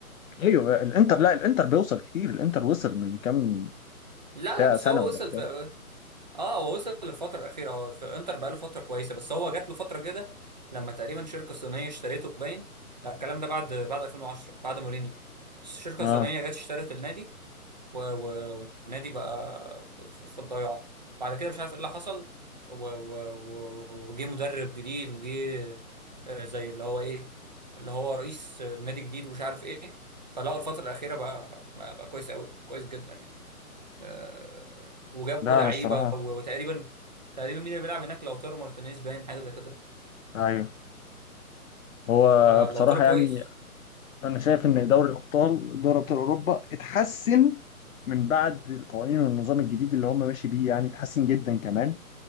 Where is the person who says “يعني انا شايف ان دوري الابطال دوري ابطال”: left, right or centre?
Left